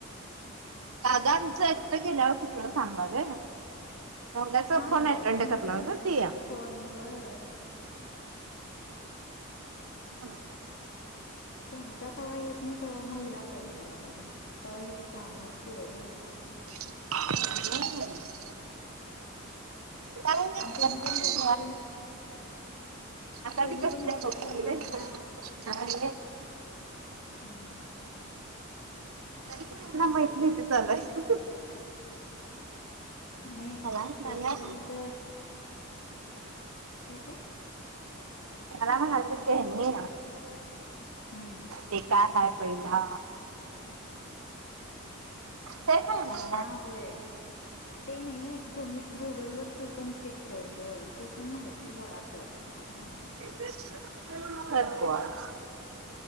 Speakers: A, on the right; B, on the left.
A: दादा आमचं एकट केेल्यावरती तुला सांगाल. चस
B: हा
A: फोन
B: होय
A: अटेड
B: त्यांच्यावर
A: करला ना तया
B: फोन होय होय
A: हो ना
B: त्यांचा कवा्हा येत नाही तेव्हा महिला खल करायला पाहिजे तेव्हा हिची काम पर
A: ह काय नाही
B: आणि त्यांनी
A: बसलोय
B: पण बघूपर्यंत
A: आताी
B: त्यांनी
A: कस
B: पण बघूपर्यंत
A: द
B: बघणार हम्म
A: तरी पण त्यांना माहितली होती लय.
B: नाही
A: हला
B: तोपर्यंत
A: न
B: का आहे.
A: नाम हरदीित कणी
B: हम्म
A: ते काय काय पहिला ते काय ना
B: हा होय. ते नाही तुम्ही गुगल वर तू पण चेक कर ग तू पण माहिती गोळा कर. असलणाले.
A: तप